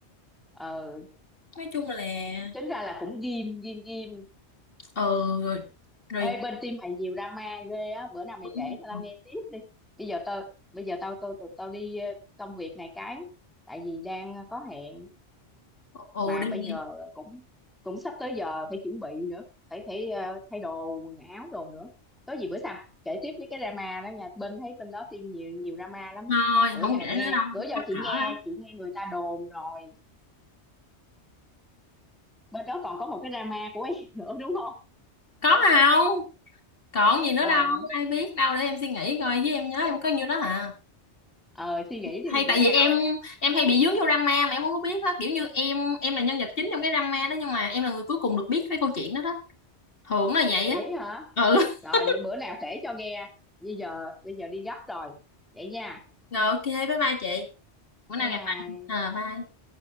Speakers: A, in the centre; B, on the left.
A: ờ
B: nói chung là
A: tính ra là cũng ghim ghim ghim
B: ừ rồi rồi
A: ê bên team mày nhiều drama ghê á bữa nào mày
B: ừ
A: kể cho tao nghe tiếp đi bây giờ tao bây giờ tao tao tao, tao đi ờ, công việc này cái tại vì đang có hẹn
B: ừ,
A: mà
B: đi
A: bây
B: đi
A: giờ cũng cũng sắp tới giờ phải chuẩn bị nữa phải phải ờ, thay đồ quần áo đồ nữa có gì bữa sau kể tiếp mấy cái drama đó nha bên thấy bên đó team nhiều nhiều drama lắm á
B: thôi
A: bữa
B: không
A: giờ
B: kể
A: nghe
B: nữa đâu
A: bữa giờ
B: mắc
A: chị
B: cỡ
A: nghe
B: lắm
A: chị nghe người ta đồn rồi bên đó còn có một cái drama của em <laughs> nữa đúng không
B: có không còn gì nữa
A: là
B: đâu ai biết đâu để em suy nghĩ coi với em nhớ em có nhiêu đó hả
A: ờ, suy nghĩ
B: hay
A: đi bữa
B: tại vì
A: nào
B: em em hay bị dướng vô drama mà em không có biết á kiểu như em em là nhân vật chính trong cái drama đó nhưng mà em là người cuối cùng được biết cái câu chuyện đó đó thường là vậy
A: vậy
B: á
A: hả
B: ừ <laughs>
A: rồi để bữa nào kể cho nghe bây giờ bây giờ đi gấp rồi vậy nha
B: rồi ok bye bye chị bữa nào
A: bye bye
B: gặp lại à bye